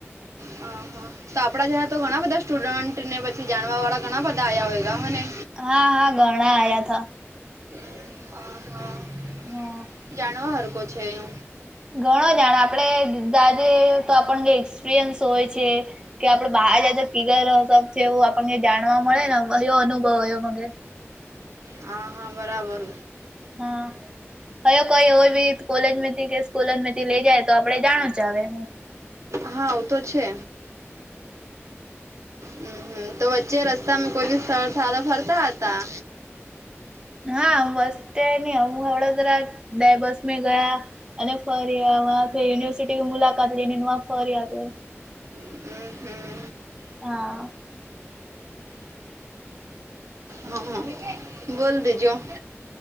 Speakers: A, on the right; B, on the right.
A: હ, હા. તો આપણા જરા, તો ઘણા બધા સ્ટુડેન્ટને, પછી જાણવા વાળા ઘણા બધા આયા હોય, હને.
B: હા હા ઘણા આયા થા
A: હ હા
B: <unintelligible>
A: જાણવા હરકો છે એ.
B: ઘણો જાણ આપડે દાદે તો આપણ કઈ એક્સપિરિયન્સ હોય છે. કે આપડે બહાર જાય તો કીગ છે, એવું આપણને જાણવા મળે ને, એયો અનુભવયો મગ
A: હા, હા, બરાબર.
B: હા. હવે, કોઈ હોય, બી કોલેજથી કે સ્કૂલમાંથી લઇ જા, ય તો આપડે જાણું હ. <unintelligible>
A: હા, ‌આવુ તો છે. હમ, હમ. તો વચ્ચે રસ્તા માં કોઈ બી સ્થળે, સારા ફરતા હતા.
B: હા, બસ. અત્યારે ન હ વડોદરા બે બસ ગયા અને ફરયા યુનિવર સિટીની મુલાકાત લઈને ન આ ફરીયા આયાં.
A: હમ્મ હમ્મ.
B: હા.
A: હા હા બોલ બીજું.